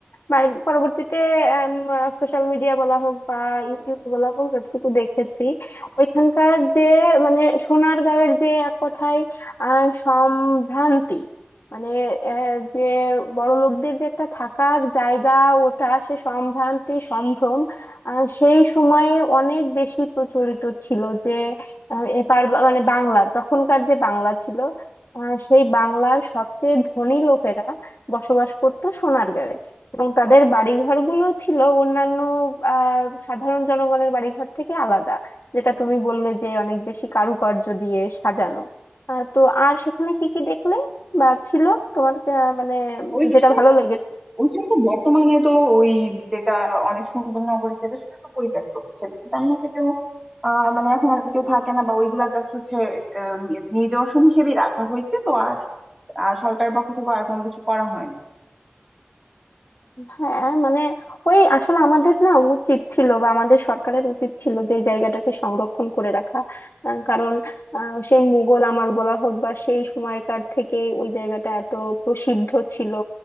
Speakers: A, on the left (about 65°); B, in the centre.
A: বা পরবর্তীতে সোশ্যাল মিডিয়া বলা হোক বা ইউটিউব বলা হোক যতটুকু দেখেছি ওইখানকার যে মানে সোনারগাঁয়ের যে এক কথায় আহ সম্ভ্রান্তি মানে আহ, যে বড় লোকদের যে একটা থাকার জায়গা ওটা সে সম্ভ্রান্তি সম্ভ্রম আহ, সেই সময়ে অনেক বেশি প্রচলিত ছিল যে আহ, এ পার- মানে বাংলার তখনকার যে বাংলা ছিল আহ, সেই বাংলার সবচেয়ে ধনী লোকেরা বসবাস করত সোনারগাঁয়ে এবং তাদের বাড়িঘর গুলো ছিল অন্যান্য আহ সাধারণ জনগণের বাড়িঘর থেকে আলাদা যেটা তুমি বললে যে অনেক বেশি কারুকার্য দিয়ে সাজানো আহ, তো আর সেখানে কি কি দেখলে বা ছিল তোমার আহ, মানে
B: ওইখানে
A: যেটা ভালো লেগেছে
B: ওইখানে তো বর্তমানে তো ওই যেটা অনেক সুন্দর নগরী যেটা সেটা তো পরিত্যক্ত সেটা তো তেমন একটা কেউ আহ মানে এখন আর কেউ থাকে না বা ওইগুলা জাস্ট হচ্ছে আহ, নিদর্শন হিসেবে রাখা হয়েছে তো আর আর সরকারের পক্ষ থেকে আর কোনো কিছু করা হয়নি
A: হ্যাঁ মানে ওই আসলে আমাদের না উচিত ছিল বা আমাদের সরকারের উচিত ছিল যে এই জায়গাটাকে সংরক্ষণ করে রাখা আহ, কারণ আহ, সেই মুঘল আমল বলা হোক বা সেই সময়কার থেকে ওই জায়গাটা এত প্রসিদ্ধ ছিল